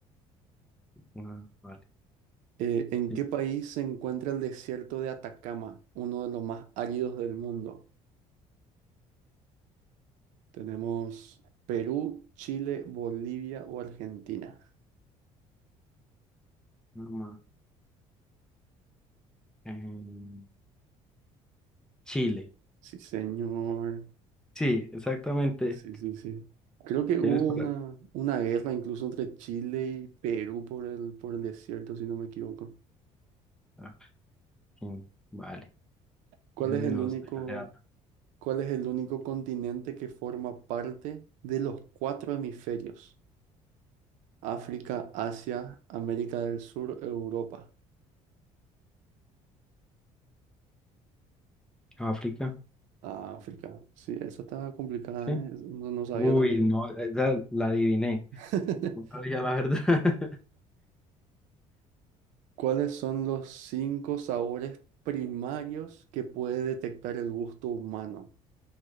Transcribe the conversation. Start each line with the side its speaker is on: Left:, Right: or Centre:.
Centre: Ah, vale.
Right: Eh, ¿en
Centre: Sí.
Right: qué país se encuentra el desierto de Atacama, uno de los más áridos del mundo? Tenemos Perú, Chile, Bolivia o Argentina.
Centre: Nada más. Em, Chile.
Right: Sí, señor.
Centre: Sí, exactamente.
Right: Sí, sí, sí. Creo que hubo
Centre: ¿Tienes por
Right: una,
Centre: ahí?
Right: una guerra incluso entre Chile y Perú por el, por el desierto, si no me equivoco.
Centre: Ah, sí, Vale,
Right: ¿Cuál
Centre: eso
Right: es
Centre: sí
Right: el
Centre: no
Right: único,
Centre: lo sabía. Espera.
Right: cuál es el único continente que forma parte de los cuatro hemisferios? África, Asia, América del Sur, Europa.
Centre: África,
Right: Ah, África. Sí, esa estaba complicada,
Centre: sí.
Right: ¿eh? No, no sabía
Centre: Uy,
Right: tampoco.
Centre: no, esa la adiviné.
Right: <laughs>
Centre: No sabía la verdad. <laughs>
Right: ¿Cuáles son los cinco sabores primarios que puede detectar el gusto humano?